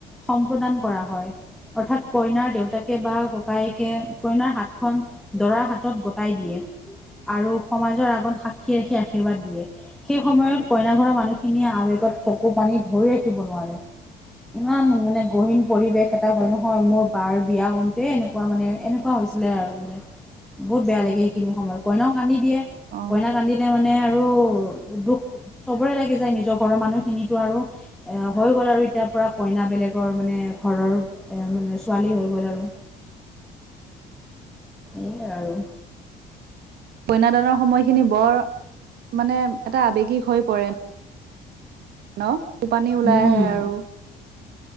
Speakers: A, in the centre; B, on the right (about 70°).
A: সম্প্ৰদান কৰা হয়। অৰ্থাৎ কইনাৰ দেউতাকে বা ককায়েকে কইনাৰ হাতখন, দৰাৰ হাতত গতাই দিয়ে। আৰু সমাজৰ আগত সাক্ষী ৰাখি আশীৰ্বাদ দিয়ে। সেই সময়ত কইনা ঘৰৰ মানুহখিনিয়ে আবেগত চকু পানী ধৰি ৰাখিব নোৱাৰে। ইমান মানে গহীন পৰিৱেশ এটা হয়, নহয় মোৰ বাৰ বিয়া হওঁতে এনেকুৱা, এনেকুৱা মানে এনেকুৱা হৈছিলে। আৰু মানে বহুত বেয়া লাগে সেইখিনি সময়ত কইনাও কান্দি দিয়ে।
B: অ
A: কইনাই কান্দিলে মানে আৰু দুখ চবৰে লাগি যায় নিজৰ ঘৰৰ মানুহখিনিতো আৰু, এ হৈ গ'ল আৰু এতিয়াৰ পৰা কইনা বেলেগৰ মানে ঘৰৰ। এ মানে ছোৱালী হৈ গ'ল আৰু।
B: <inaudible>
A: এয়া আৰু
B: কন্যাদানৰ সময়খিনি বৰ মানে এটা আবেগিক হৈ পৰে। ন চকুপানী ওলাই
A: উম
B: আহে আৰু।